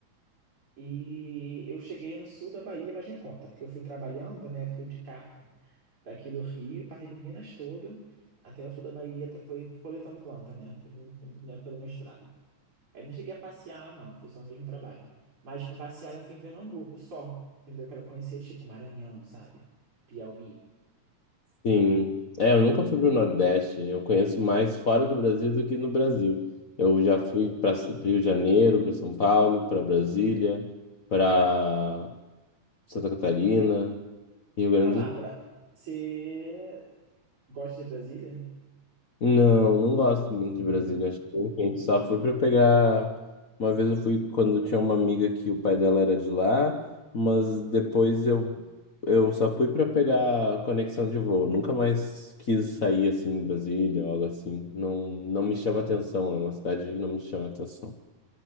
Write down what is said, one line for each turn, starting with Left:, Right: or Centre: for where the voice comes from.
Right: E eu cheguei no sul da Bahia, mas nem conta, porque eu fui trabalhando, né? Fui de carro daqui do Rio, passei por Minas todo, até o sul da Bahia, t- foi coletando planta, né? Foi no- na época do mestrado. Aí não cheguei a passear lá, não, foi só mesmo trabalho. Mas para passear eu fui em Pernambuco só, entendeu? Eu quero conhecer, tipo, Maranhão, sabe? Piauí.
Left: Sim. É, eu nunca fui pro Nordeste. Eu conheço mais fora do Brasil do que no Brasil. Eu já fui para Rio de Janeiro, para São Paulo, para Brasília, para Santa Catarina, Rio Grande
Right: Palavra,
Left: do
Right: você gosta de Brasília?
Left: Não, não gosto muito de Brasília, acho que é bem quente. Só fui para pegar. Uma vez eu fui quando tinha uma amiga que o pai dela era de lá, mas depois eu, eu só fui para pegar conexão de voo. Nunca mais quis sair assim em Brasília ou algo assim. Não, não me chama atenção, é uma cidade que não me chama atenção.